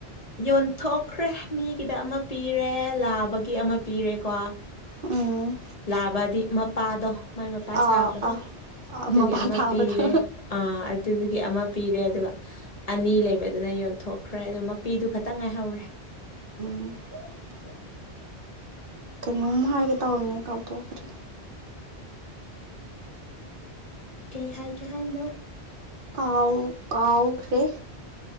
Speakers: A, on the left; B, on the right.
A: ꯌꯣꯟꯊꯣꯛ ꯈ꯭ꯔꯦ ꯃꯤꯒꯤꯗ ꯑꯃꯥ ꯄꯤꯔꯦ ꯂꯥꯕꯒꯤ ꯑꯃꯥ ꯄꯤꯔꯦ ꯀꯣ
B: ꯑꯣ
A: ꯂꯥꯛꯕꯗꯤ ꯃꯄꯥꯗꯣ ꯃꯥꯏ ꯃꯄꯥ
B: ꯑꯥ
A: ꯁꯥꯕꯗꯣ
B: ꯑꯥ ꯑꯥ
A: ꯑꯗꯨꯒꯤ
B: ꯃꯄꯥ
A: ꯑꯃꯥ
B: ꯊꯥꯕꯗꯣ
A: ꯄꯤꯔꯦ ꯑꯥ ꯑꯗꯨꯒꯤ ꯑꯃꯥ ꯄꯤꯔꯦ ꯑꯗꯨꯒ ꯑꯅꯤ ꯂꯩꯕꯗꯨꯅ ꯌꯣꯟꯊꯣꯛꯈ꯭ꯔꯦ ꯑꯣ ꯃꯄꯤꯗꯨ ꯈꯛꯇꯪ ꯉꯥꯏꯍꯧꯔꯦ
B: <unintelligible> ꯀꯩꯅꯣꯝ ꯍꯥꯏꯒꯦ ꯇꯧꯕꯅꯤ ꯀꯥꯎꯊꯣꯛꯈ꯭ꯔꯦ
A: ꯀꯩ ꯍꯥꯏꯒꯦ ꯍꯥꯏꯅꯣ
B: ꯀꯥꯎ ꯀꯥꯎꯈ꯭ꯔꯦ